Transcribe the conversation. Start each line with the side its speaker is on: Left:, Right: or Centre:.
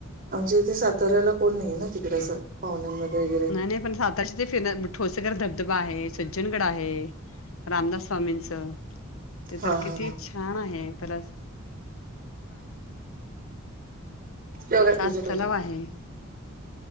Right: आमच्या इथे साताऱ्याला कोण नाहीये ना तिकडे असं पाहण्यामध्ये
Left: नाही नाही पण सातश ते फिर ठोसगर धबधबा आहे सज्जनगड आहे रामदास स्वामींचं ते
Right: हा
Left: तर
Right: हा
Left: किती छान आहे पर
Right: ोगच
Left: कास
Right: ठ
Left: तलाव आहे